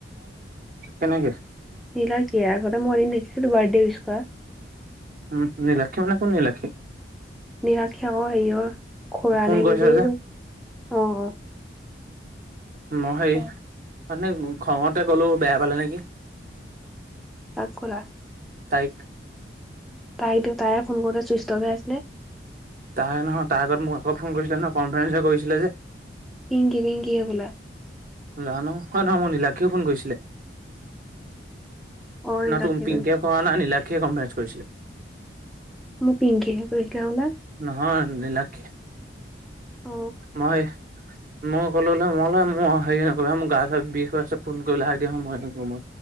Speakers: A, on the right; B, in the centre.
A: কেনেকে?
B: নীলাক ইয়াৰ আগতে মই এদিন দেখিছিলো বাৰ্থডে উইছ কৰা।
A: উম' নীলাক্ষী মানে কোন নিলাক্ষী?
B: নিলীক্ষী আক, হেৰিঅৰ খুৰা
A: ফোন
B: নে
A: কৰিছে
B: কি যে এইটো অ' অ'
A: মই হেৰি
B: তাই
A: মানে খঙতে ক'লো বেয়া পালে নেকি?
B: কাক কলা?
A: তাইক।
B: তাই দে তাই ফোন কৰোতে চুইচ অফ হৈ আছিলে।
A: তাৰ নহয় তাৰ আগত মোক আকৌ ফোন কৰিছিলে নহয়, কনফাৰেঞ্চে যে কৰিছিলে যে।
B: কিং কিংকিং কি হবলা?
A: জানো হয় নহয় মোৰ নীলাক্ষীয়েও ফোন কৰিছিলে,
B: অ
A: না
B: নীলাক্ষীয়ে
A: তু পিংকিয়ে
B: কৰিছে
A: কৰা নাই, নীলাক্ষীয়ে কনফাৰেঞ্চ কৰিছিলে।
B: মোক পিংকিয়েহে কৰিছিলে হবলা?
A: নহয় নীলাক্ষীয়ে,
B: অ
A: মই মই ক'লোলে মই মই হেৰি নকৰিবা মোৰ গা চা বিষ হৈ আছে ফোন কৰিবলে হাক দিয়া নহয় মই নকৰোঁ মই।